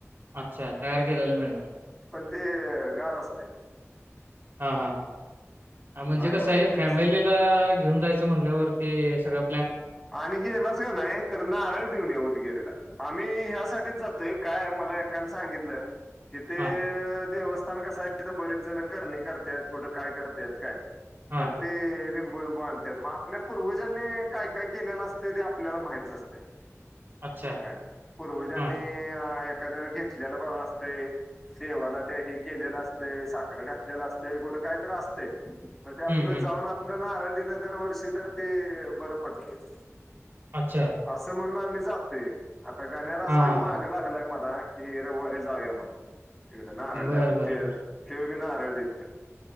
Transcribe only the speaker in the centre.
पण ते गार असतय.
नाही
एवढं
खायचं
आणि गेलास कनाय तर नारळ देऊन ये उदगिरीला, आम्ही ह्यासाठीच जातोय. काय मला एकान सांगितलं. कि ते
देवस् स्थान कसं हाय, तिथं बरीच जण करनी करत्यात, कुठं काय करत्यात काय
तर ते. लिंबू बिंबू आणत्यात मग आपल्या पूर्वजांनी काय काय. केलेलं असतं ते आपल्याला माहित नसतय.
काय पूर्वजांनी
अ. एखाद्याळी घेतलेलं पण असते देवाला त्या हे केलेलं असते साखडं घातलेलं असते कुठं काही तरी असते. मग ते आपलं
जाऊन आपलं नारळ. दिलं दरवर्षी तर ते बर पडतंय. तेज.
असं म्हण आम्ही. जातोय. आता गाण्या रासकर
माग
लागलाय मला. की रविवारी जाऊया म्हणून. तीकड नारळ
द्यायला
तेल
ते. की नारळ देत.